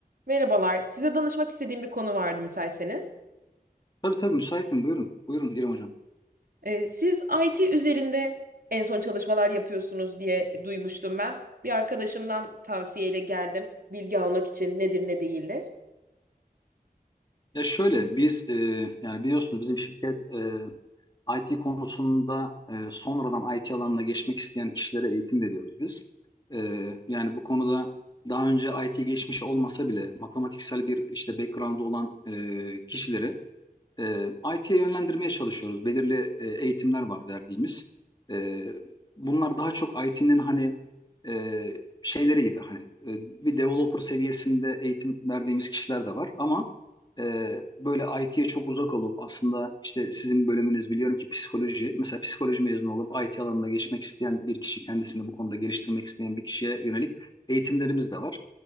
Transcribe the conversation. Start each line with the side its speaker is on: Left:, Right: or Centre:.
Right: Merhabalar. Size danışmak istediğim bir konu vardı müsaitseniz.
Left: Tabii tabii müsaitim. Buyurun. Buyurun İrem Hocam.
Right: Ee, siz IT üzerinde en son çalışmalar yapıyorsunuz diye duymuştum ben. Bir arkadaşımdan tavsiyeyle geldim. Bilgi almak için nedir ne değildir.
Left: Ya şöyle biz e, yani biliyorsunuz bizim şirket e, IT konusunda e, sonradan IT alanına geçmek isteyen kişilere eğitim veriyoruz biz. E, yani bu konuda daha önce IT geçmiş olmasa bile matematiksel bir işte background olan e, kişilere E, IT'ye yönlendirmeye çalışıyoruz. Belirli e, eğitimler var verdiğimiz. E, bunlar daha çok IT'nin hani e, şeyleri gibi hani e, bir developer seviyesinde eğitim verdiğimiz kişiler de var ama e, böyle IT'ye çok uzak olup aslında işte sizin bölümünüz biliyorum ki psikoloji. Mesela psikoloji mezunu olup IT alanına geçmek isteyen bir kişi kendisini bu konuda geliştirmek isteyen bir kişiye yönelik eğitimlerimiz de var.